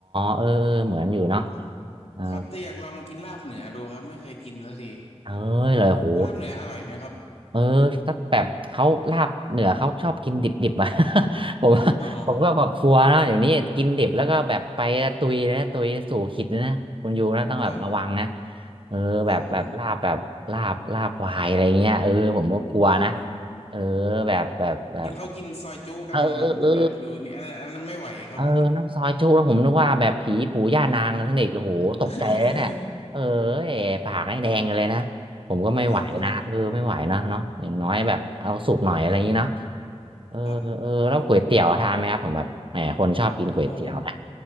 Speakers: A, on the right; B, on the left.
A: เออเออเหมือนอยู่เนาะ
B: <laughs>
A: อ๋อ
B: ครับแต่อยากลองกินลาบเหนือดูครับไม่เคยกินสักที
A: เอ้ยเลยโห
B: ลาบเนื้ออร่อยไหมครับ
A: เออสักแบบเขาลาบเหนือเขาชอบกินดิบๆอ่ะ <laughs> ผม
B: อ๋อ
A: ผมก็แบบกลัวนะเดี๋ยวนี้กินดิบแล้วก็แบบไปตุยนะตุยสู่ขิดนะคุณยูนะต้องแบบระวังนะ
B: ครับ
A: เออแบบแบบลาบแบบลาบลาบควายอะไรเงี้ยเออผมก็กลัวนะ
B: ครับผมอืม
A: เออแบบแบบแบบ
B: เห็นเขากินซอยจุกันนะครับแบบนี่อันนั้นอันนั้นไม่ไหวครับ
A: เออเออ เออ น้ำซอยจุแล้วผมนึกว่าแบบผีปู่ย่านางท่านเอกโอ้โหตกใจแล้วเนี่ยเออเอ๋ปากให้แดงกันเลยนะ
B: <laughs>
A: ผมก็ไม่ไหวนะเออไม่ไหวนะเนาะอย่างน้อยแบบเอาสุกหน่อยอะไรอย่างนี้เนาะ
B: ครับผม
A: เออเออแล้วก๋วยเตี๋ยวทานไหมครับผมแบบแหมคนชอบกินก๋วยเตี๋ยวนะ
B: ครับโอ้